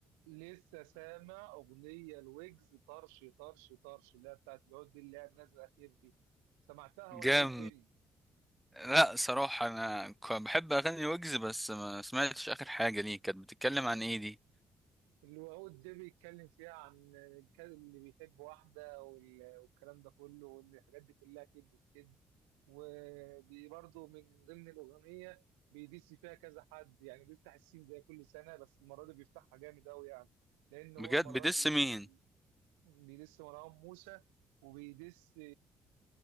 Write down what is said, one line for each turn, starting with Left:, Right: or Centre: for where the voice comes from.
Right: لسه سامع اغنيه الويجز طرش طرش طرش اللي هي بتاعت العود دي اللي هي نازله الاخير دي سمعتها
Centre: جام
Right: ولا ايه الدنيا
Centre: لا صراحة أنا ك- بحب أغني ويجز بس ما سمعتش آخر حاجة ليه كانت بتتكلم عن إيه دي
Right: اللي هو العود ده بيتكلم فيها عن الكلب اللي بيحب واحده وال- والكلام ده كله وان الحاجات دي كلها كدب في كدب ودي برضه من ضمن الاغنيه بيدس فيها كذا حد يعني بيفتح السين زي كل سنه بس المره دي بيفتحها جامد قوي يعني لان هو
Centre: بجد
Right: المره
Centre: بدس
Right: دي
Centre: مين
Right: بيدس مروان موسى وبيدس